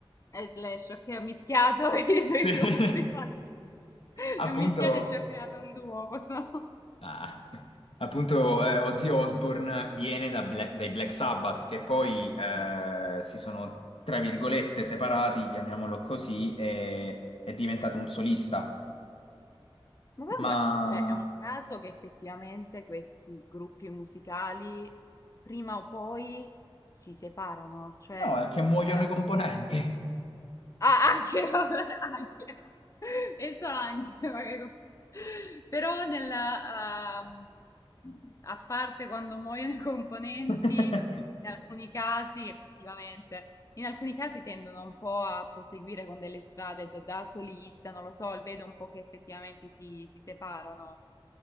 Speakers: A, on the left; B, on the left.
A: e Slash, ok, ho mischiato <laughs> i
B: Sì,
A: due
B: <laughs>
A: gruppi. <laughs>
B: appunto.
A: E mischiate ci ha creato un duo, posso...
B: Ah, appunto, eh, Ozzy Osbourne viene da Bla- dai Black Sabbath, che poi eh,
A: Mm.
B: si sono, tra virgolette, separati, chiamiamolo così, e è diventato un solista.
A: Ma poi
B: Ma
A: guarda, cioè, è un caso che effettivamente questi gruppi musicali prima o poi si separano, cioè
B: no, è che muoiono
A: eh,
B: i componenti.
A: Ah, anche, <laughs> vabbè, anche, penso anche, magari. co- Però nel, ehm, a parte quando muoiono i componenti,
B: <laughs>
A: in alcuni casi, effettivamente, in alcuni casi tendono un po' a proseguire con delle strade da, da solista, non lo so, vedo un po' che effettivamente si si separano.